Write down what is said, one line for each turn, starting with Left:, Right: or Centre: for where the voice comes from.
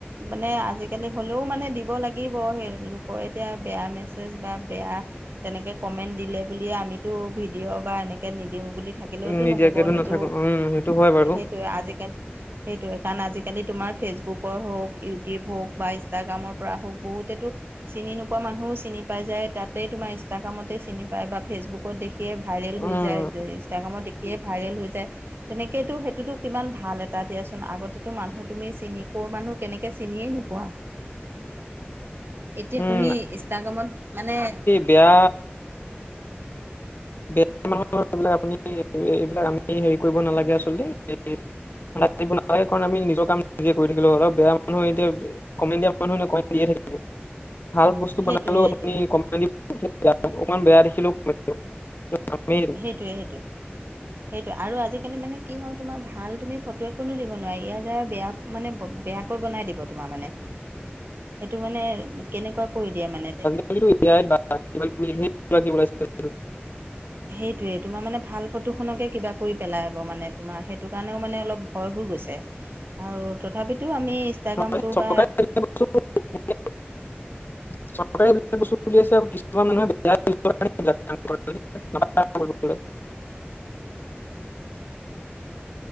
Right: মানে, আজিকালি হ'লেও মানে দিব লাগিব। সেই লোকৰ এতিয়া বেয়া মেছে ছেজ বা বেয়া তেনেকে কমেণ্ট দিলে বুলিয়ে আমিটো ভিড ডিঅ' বা এনেকৈ নিদিওঁ বুলি থাকিলেওতো
Left: নিদিয়াকেতো
Right: নহ'ব সেইটো
Left: নাথাকো উম সেইটো হয় বাৰু।
Right: সেইটোৱে আজিকালি সেইটোৱে, কাৰণ আজিকালি তোমাৰ ফেচবুকৰ হওঁক, ইউটিউব হওঁক বা ইনষ্টাগ্ৰামৰ পৰা হওঁক বহুতেতো চিনি নোপোৱা মানুহো চিনি পাই যায় তাত তে তোমাৰ ইনষ্টাগ্ৰামতে চিনি পায় বা ফেচবুকত দেখিয়ে ভাইৰেল হৈ
Left: উম
Right: যায় বে ইনষ্টাগ্ৰামত দে খিয়ে ভাইৰেল হৈ যায়। তেনেকে তো সেইটোতো কিমান ভাল এটা দিয়াচোন। আগতেটো মানুহ তুমি চিনি ক'ৰ মানুহ, কেনেকে চিনিয়েই নোপোৱা। এতিয়া
Left: উম
Right: তুমি ইনষ্টাগ্ৰামত মানে
Left: তিয়া <unintelligible> এইবিলাক আপুনি এই এইবিলাক আমি হেৰি কৰিব নালাগে আচলতে <unintelligible> লাজ দিব নাপায়। কাৰণ আমি নিজৰ কাম নিজে কৰি থাকিলো হ'ল আৰু বেয়া মানুহে এতিয়া কমেণ্ট দিয়া মানুহে নো কমেণ্ট দিয়ে থাকিব। ভাল বস্তু
Right: সেইটোৱে
Left: বনালেও
Right: সেইটোৱে
Left: আপুনি কমেণ্ট দিব, <unintelligible> বেয়া অকমান বেয়া দেখিলেও কমেণ্ট দিব। তো আমি
Right: সেইটোৱে সেইটো। সেইটোৱে আৰু আজিকালি মানে কি হয় তোমাৰ ভাল তুমি ফটো এখনো দিব নোৱাৰি। ইয়াতে বেয়া মানে ব বেয়াকৈ বনাই দিব তোমাৰ মানে। সেইটো মানে, কেনেকুৱা কৰি দিয়া মানে তে
Left: <unintelligible> এতিয়াই বা ইমান <unintelligible> হেই কিবা কিবি ওলাইছিলে।
Right: সেইটোয়ে। তোমাৰ মানে ভাল ফটোখনকে কিবা কৰি পেলাব মানে তোমাৰ সেইটো কাৰণেও মানে অলপ ভয় হৈ গৈছে। আৰু তথাপিতো আমি ইনষ্টাগ্ৰামটো
Left: নহয় চৰকাৰে
Right: বা
Left: এইবিলাক <unintelligible> চৰকাৰে যিবিলাক বস্তু উলিয়াইছে আৰু কিছুমান মানুহে বেয়া ইউজ কৰিব কাৰণে সেইবিলাক কাম কৰে। নাপায় কৰিবলৈ।